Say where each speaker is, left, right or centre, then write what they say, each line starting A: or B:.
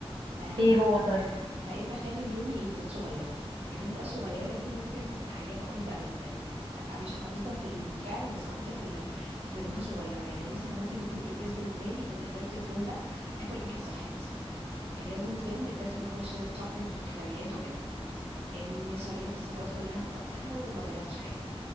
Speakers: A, on the right; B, on the right.
A: آه،
B: ايه
A: ب-
B: هو طيب
A: بقيت بخلي اليومي انجازات صغيرة انجازات بقى صغيرة دي ممكن تبقى حاجات عبيطة قوي يعني مش عبيطة في الفعل بس عبيطة في ال... في انها صغيرة يعني مثلا ممكن يكون انجاز بالنسبة لي ان قدرت اليوم ده اكل اكل صحي مثلا انجاز بالنسبة لي ان قدرت ما اكلش شوكليت وحلويات وكده اني صليت الصلوات كلها في وقتها وما ضيعتش حاجه